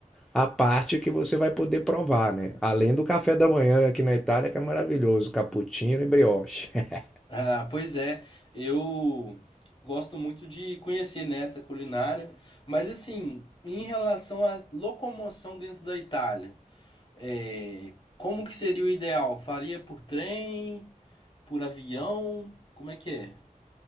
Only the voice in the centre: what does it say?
a parte que você vai poder provar, né? Além do café da manhã aqui na Itália, que é maravilhoso, cappuccino e brioche. <laughs>